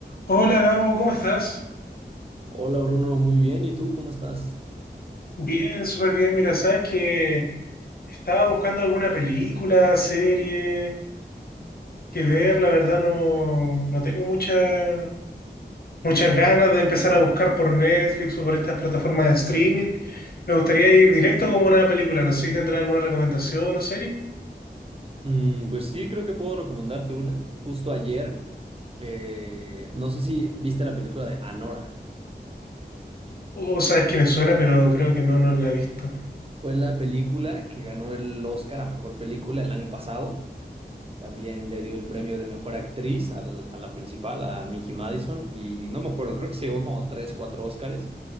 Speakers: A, on the left; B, on the right.
A: Hola Gabo, ¿cómo estás?
B: Hola Bruno, muy bien. ¿Y tú cómo estás?
A: Bien, súper bien. Mira, sabes que estaba buscando alguna película, serie que ver. La verdad no, no tengo mucha- muchas ganas de empezar a buscar por Netflix o por estas plataformas de streaming. Me gustaría ir directo como una película. No sé si tendrás alguna recomendación o serie.
B: Mm, pues sí, creo que puedo recomendarte una. Justo ayer, eh, no sé si viste la película de Anora.
A: O sabes que me suena, pero creo que no, no la he visto.
B: Fue la película que ganó el Oscar a mejor película el año pasado. También le dio el premio de mejor actriz al- a la principal, a Mickey Madison. Y no me acuerdo, creo que se llevó como 3, 4 Oscars.